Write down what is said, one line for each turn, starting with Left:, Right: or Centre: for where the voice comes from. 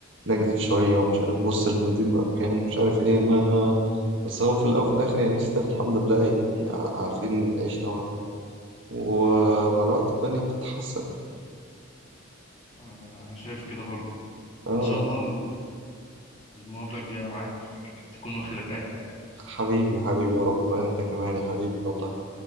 Right: نيجاتيف شوية ومش عارف بص البنزين بقى بكام ومش عارف إيه أنا بس هو في الأول وفي الآخر يعني ستيل الحمد لله يعني ع- عارفين نعيش نوعا ما ومع الوقت الدنيا بتتحسن
Left: آه، انا شايف كده برضو
Right: آه
Left: ان شاء الله ال- المقابله الجايه معاك آه، تكون واخد الاعفاء يعني
Right: حبيبي حبيبي يا رب أنت كمان يا حبيبي والله